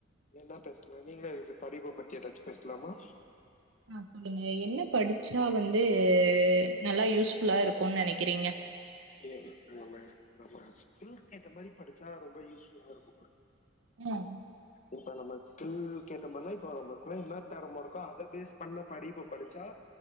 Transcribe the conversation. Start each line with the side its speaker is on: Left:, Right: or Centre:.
Left: என்ன பேஸ்லா நீங்களே எதாச்சு படிப்ப பத்தி எதாச்சு பேஸ்லாமா
Right: ஆ சொல்லுங்க என்ன படிச்சா வந்து நல்லா யூஸ் ஃபுல்லா இருக்குன் நெனக்கிறீங்க
Left: ஏ இப்ப நம்ம நம்ம ஸ்கில்கேத்த மாரி படிச்சா ரொம்ப யூஸ் ஃபுல்லா இருக்குங்க
Right: ம்
Left: இப்ப நம்ம ஸ்கில் கேத்தமார்னா இப்போ நம்மக்குள்ள என்னா தெறம இருக்கோ அத பேஸ் பண்ண படிப்பு படிச்சா